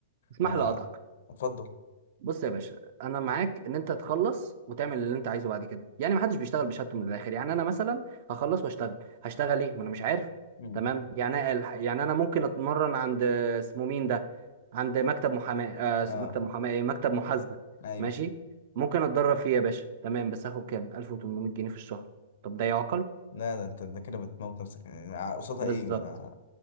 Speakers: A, on the right; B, on the left.
A: اسمح
B: ما هو
A: لي اقطعك
B: اتفضل
A: بص يا باشا انا معاك ان انت تخلص وتعمل اللي انت عايزه بعد كده يعني محدش بيشتغل بشهادته من الاخر يعني انا مثلا هخلص واشتغل هشتغل ايه ما انا مش عارف
B: مم.
A: تمام يعني الح- يعني انا ممكن اتمرن عند اسمه مين ده عند مكتب محاماه آه س-
B: اه
A: مكتب محاماه ايه مكتب محاسبه
B: ايوه
A: ماشي ممكن اتدرب فيه يا باشا تمام بس هاخد كام 1800 جنيه في الشهر طب ده يعقل
B: لا ده انت ده كده بتموت نفسك يعني ع- قصادها
A: بالظبط
B: ايه ما انا